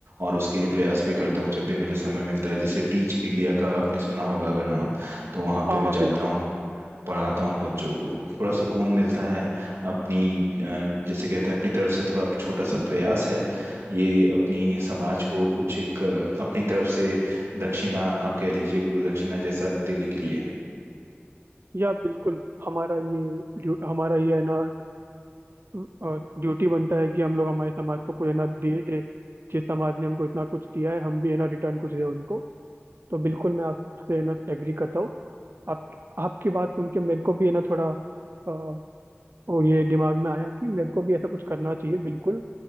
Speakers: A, on the right; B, on the right.
A: और उसके लिए प्रयास भी करता हूँ जब भी मुझे समय मिलता है जैसे टीच इंडिया का आपने सुना होगा अगर नाम तो वहाँ
B: हाँ
A: पे मैं
B: हाँ बिल्कुल
A: जाता हूँ पढ़ाता हूँ बच्चों को थोड़ा सुकून मिलता है अपनी अ, जैसे कहते हैं अपनी तरफ से थोड़ा छोटा सा प्रयास है ये अपनी समाज को कुछ एक अ, अपनी तरफ से दक्षिणा आप कह लीजिए गुरु दक्षिणा जैसा देने के लिए
B: या बिल्कुल हमारा ये ड्यू- हमारा ये है ना ड्यूटी बनता है कि हम लोग हमारे समाज को कोई है ना दे दे जिस समाज ने हमको इतना कुछ दिया है हम भी है ना रिटर्न कुछ दे उनको तो बिल्कुल मैं आपसे है ना एग्री करता हूँ आप आपकी बात सुन के मेरे को भी है ना थोड़ा अ, वो ये दिमाग में आया कि मेरे को भी ऐसा कुछ करना चाहिए बिल्कुल